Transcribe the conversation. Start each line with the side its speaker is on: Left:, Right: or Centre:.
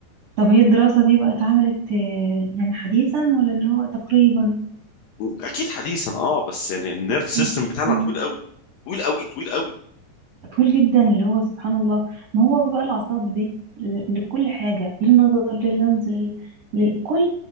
Right: طب هي الدراسة دي بقى اتعملت آه، يعني حديثا ولا اللي هو تقريبا
Left: اكيد حديثا اه بس يعني النيرف سيستم
Right: <clears throat>
Left: بتاعنا
Right: أمم،
Left: طويل قوي طويل قوي طويل قوي
Right: طويل جدا اللي هو سبحان الله ما هو بقى الأعصاب دي ل- لكل حاجة للنظر لللمس لل... لكل